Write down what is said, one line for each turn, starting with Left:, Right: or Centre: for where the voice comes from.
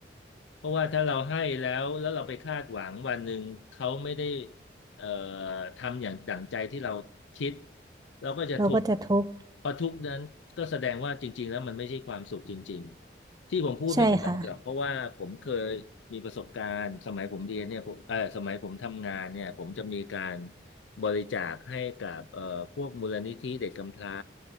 Left: เพราะว่าถ้าเราให้แล้วแล้วเราไปคาดหวังวันหนึ่งเขาไม่ได้เอ่อทำอย่างดั่งใจที่เราคิดเราก็จะทุกข์
Right: เราก็จะทุกข์
Left: พอทุกข์นั้นก็แสดงว่าจริงๆแล้วมันไม่ใช่ความสุขจริงๆที่ผมพูดไม่ใช่หรอกเพราะว่าผมเคยมีประสบการณ์สมัยผมเรียนเนี่ยผมเออสมัยผมทำงานเนี่ยผมจะมีการ
Right: ใช่ค่ะ
Left: บริจาคให้กับเอ่อพวกมูลนิธิเด็กกำพร้า